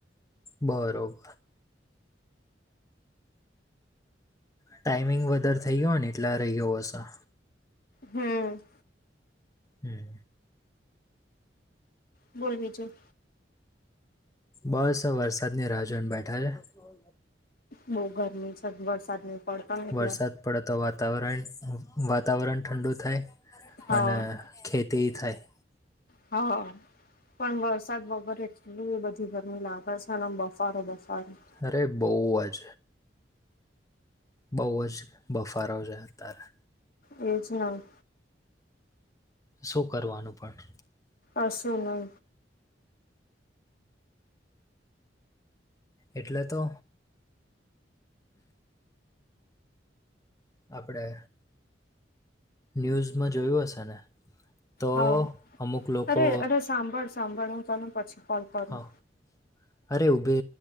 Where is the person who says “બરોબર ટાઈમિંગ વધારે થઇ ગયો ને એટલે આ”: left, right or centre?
Left